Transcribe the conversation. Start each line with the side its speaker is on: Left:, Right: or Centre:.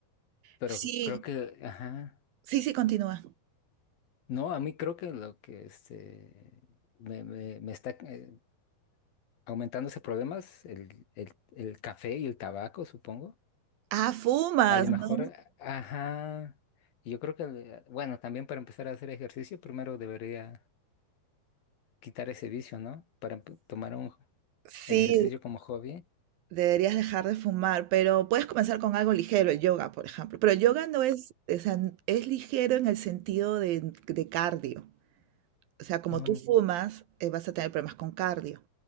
Left: pero
Right: Sí,
Left: creo que, ajá,
Right: sí, sí, continúa.
Left: no, a mí creo que lo que este, me, me- me está eh, aumentando ese problema es el, el, el café y el tabaco, supongo.
Right: Ah, fumas,
Left: A lo mejor,
Right: ¿no?
Left: ajá, y yo creo que, eh, bueno, también para empezar a hacer ejercicio, primero debería quitar ese vicio, ¿no? Para empe- tomar un,
Right: Sí,
Left: el ejercicio como hobby.
Right: deberías dejar de fumar, pero puedes comenzar con algo ligero, el yoga, por ejemplo. Pero el yoga no es, o sea, n- es ligero en el sentido de, de cardio. O sea, como
Left: Oh,
Right: tú fumas, eh, vas a tener problemas con cardio.